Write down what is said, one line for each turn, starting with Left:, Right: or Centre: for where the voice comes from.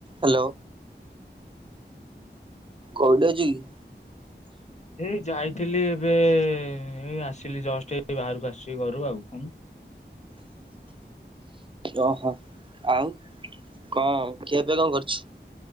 Right: ହାଲୋ କୋଉଠି ଅଛୁ କି?
Left: ଏଇ ଯାଇଥିଲି ଏବେ ଏଇ ଆସିଲି ଜଷ୍ଟ ଏଇ ବାହାରକୁ ଆସଚି ଘରୁ ଆଉ ଫୁଣି।
Right: ଓହୋ ଆଉ କଣ? ଖିଆ ପିଆ କଣ କରଛୁ?